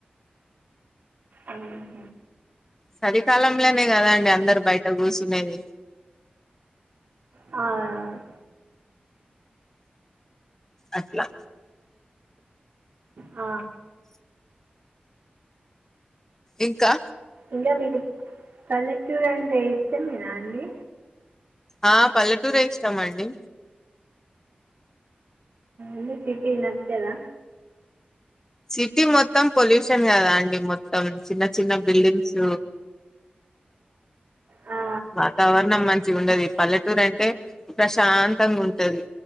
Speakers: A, on the right (about 65°); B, on the left (about 15°).
A: ఆహ
B: చలీకాలంలోనే కదా అండి అందరు బయట కూర్చునేది
A: అవునవును
B: అట్లా
A: ఆ
B: ఇంకా
A: ఇంకా మీకు పల్లెటూరు అంటే ఇష్టమేనా అండి
B: ఆ పల్లెటూరే ఇస్తమండి
A: ఎందుకు సిటీ నచ్చదా
B: సిటీ మొత్తం పొల్యూషన్ కదా అండి మొత్తం చిన్న చిన్న బిల్డింగ్స్
A: ఆ
B: వాతావరణం మంచిగా ఉండది పల్లెటూరు అంటే ప్రశాంతంగా ఉంటది